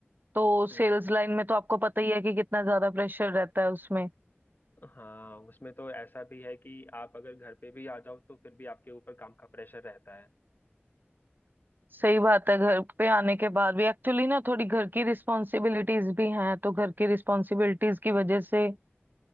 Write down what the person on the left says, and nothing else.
हम्म
हाँ उसमें तो ऐसा भी है कि आप अगर घर पे भी आ जाओ तो फिर भी आपके ऊपर काम का प्रेशर रहता है